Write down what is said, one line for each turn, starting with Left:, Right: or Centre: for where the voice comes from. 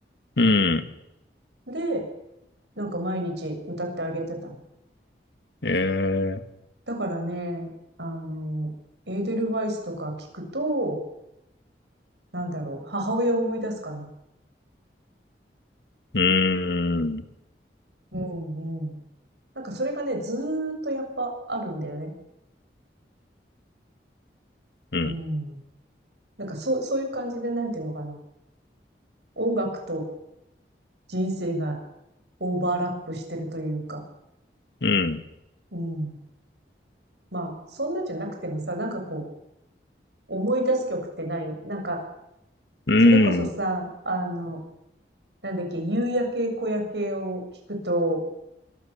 Left: うん。
Right: で、なんか毎日歌ってあげてた
Left: えー、
Right: だからね、あの、エーデルワイスとか聞くと、なんだろう、母親を思い出すかな。
Left: うん。
Right: うんうん。なんかそれがね、ずーっとやっぱあるんだよね。
Left: うん。
Right: うん。なんかそう、そういう感じで、なんていうのかな。音楽と人生がオーバーラップしてるというか。
Left: うん。
Right: うん。まあ、そんなんじゃなくてもさ、なんかこう、思い出す曲ってない。なんか、
Left: うん。
Right: それこそさ、あの、なんだっけ、夕焼け小焼けを聞くと、